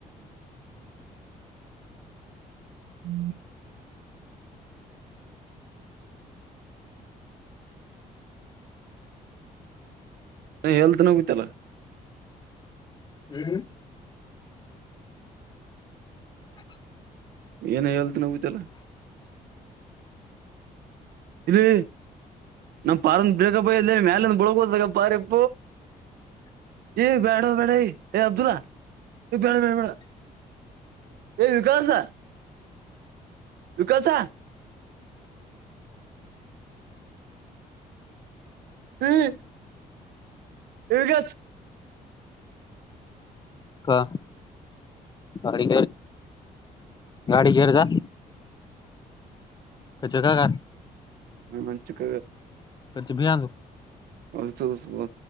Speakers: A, on the right; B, on the left.
A: ಹ್ಮ್ ಹ ಹಳ್ತನ್ರೋಗತ್ತಲ್ಲ
B: ಹ್ಮ್ ಅ
A: ಏನ್ ಹೇಳ್ತ ನಗತಲ್ಲ ಇದು ನಮ್ಮ್ ಪಾರಂದು ಬೇಕಪ್ಪ ಮೇಲಂದು ಬಳಗ್ಗ ಹೋತಾಗ
B: ಅ
A: ಪ ಏ್ ಬ್ಯಾಡ ಬೇಡ ಯ ಏ್ ಅಬ್ದುಲ್ಲಾ ಬೇಡ ಬೇಡ ಬೇಡ ವಿಕಾಸ ವಿಕಾಸ ಹ್ಮ್ ಗ
B: ಹಾ ಅಡಿ ಗಾಡಿಗೆೇರ್ದ ಕ ಜಗಗ
A: ನ ಮಂಚಕ್ಕ
B: ಕಚ ಬಹಲು
A: ಹದು